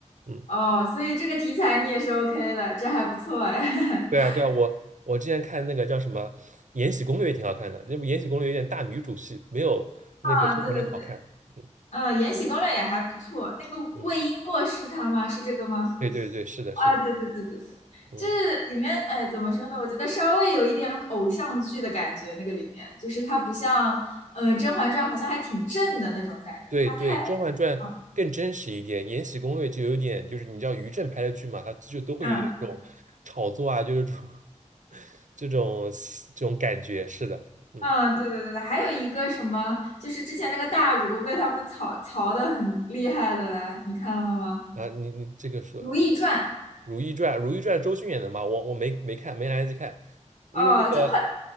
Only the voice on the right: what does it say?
嗯。
对啊，
对啊，我我之前看那个叫什么《延禧攻略》也挺好看的，那么《延禧攻略》有点大女主戏，没有那个《甄嬛传》好看。
嗯
嗯，
对对对，是的，
是的，
嗯，
对对，
《甄嬛传》更真实一点，
《延禧攻略》就有点就是你知道于正拍的剧嘛，它就都会有点这种炒作啊，
就是这种 <laughs> 这种这种感觉。是的，嗯
啊，你你这个说
《如懿传》，《如懿传》周迅演的嘛，我我没没看，没来得及看，因为那个